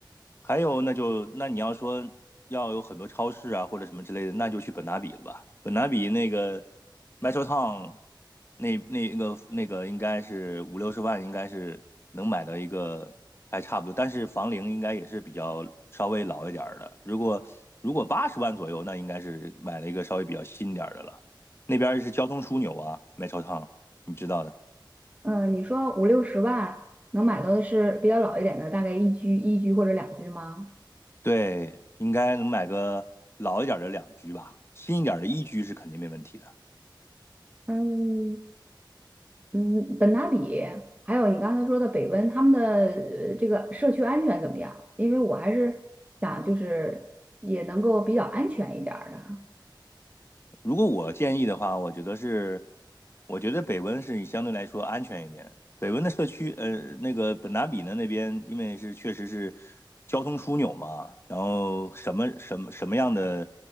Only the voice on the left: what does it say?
还有，那就那你要说要有很多超市啊或者什么之类的，那就去本拿比了吧。本拿比那个 Metro Town 那那个那个应该是五六十万，应该是能买到一个还差不多，但是房龄应该也是比较稍微老一点儿的。如果如果八十万左右，那应该是买了一个稍微比较新点儿的了。那边儿是交通枢纽啊，Metro Town，你知道的。
对，应该能买个老一点儿的两居吧，新一点儿的一居是肯定没问题的。
如果我建议的话，我觉得是，我觉得北温是相对来说安全一点。北温的社区，呃，那个本达比呢那边，因为是确实是交通枢纽嘛，然后什么什么什么样的